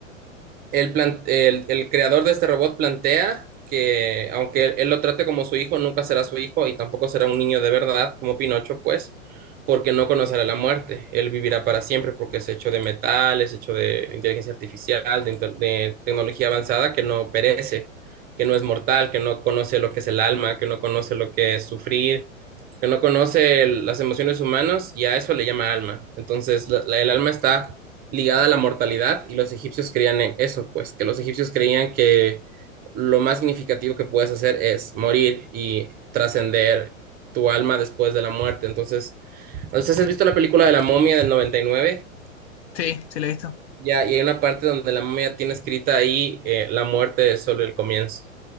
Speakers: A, on the right (about 25°); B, on the left (about 50°).
A: el, plan- el, el creador de este robot plantea que aunque él, él lo trate como su hijo, nunca será su hijo y tampoco será un niño de verdad como Pinocho, pues, porque no conocerá la muerte. Él vivirá para siempre porque es hecho de metal, es hecho de inteligencia artificial, de, intel- de tecnología avanzada que no perece, que no es mortal, que no conoce lo que es el alma, que no conoce lo que es sufrir. que no conoce el- las emociones humanas y a eso le llama alma. Entonces, la- la- el alma está ligada a la mortalidad y los egipcios creían en eso, pues que los egipcios creían que lo más significativo que puedes hacer es morir y trascender tu alma después de la muerte. Entonces, entonces has visto la película de la momia del 99
B: Sí, se le he visto.
A: ya, y hay una parte donde la momia tiene escrita ahí eh, la muerte es solo el comienzo.